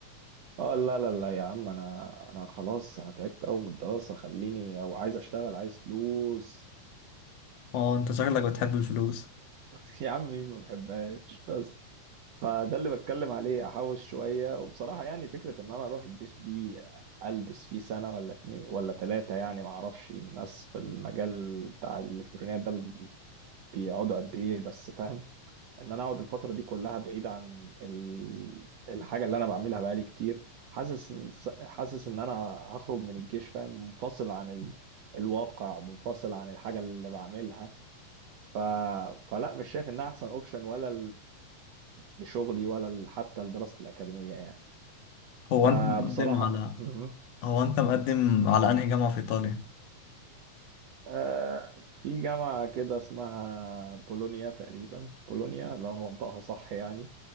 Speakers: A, on the right; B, on the left.
A: اه لا لا لا يا عم انا انا خلاص انا تعبت قوي من الدراسه خليني او عايز اشتغل عايز فلوس
B: اه انت شغلك بتحب الفلوس
A: <laughs> يا عم مين ما بحبهاش بس فده اللي بتكلم عليه احوش شويه وبصراحه يعني فكره ان انا اروح الجيش دي البس فيه سنه ولا اتنين ولا ثلاثه يعني ما اعرفش الناس في المجال بتاع الالكترونيات ده بي- بيقعدوا قد ايه بس فاهم ان انا اقعد الفتره دي كلها بعيد عن ال- الحاجه اللي انا بعملها بقالي كتير حاسس حاسس ان انا هخرج من الجيش فاهم منفصل عن ال... الواقع منفصل عن الحاجه اللي بعملها ف... فلا مش شايف انها احسن اوبشن ولا لشغلي ولا ل- حتى لدراستي الأكاديمية يعني
B: هو
A: فبصراحة
B: انت مقدم على
A: مهم.
B: هو انت مقدم على انهي جامعة في ايطاليا
A: آه، في جامعة كده اسمها بولونيا تقريبا بولونيا لو أنا منطقها صح يعني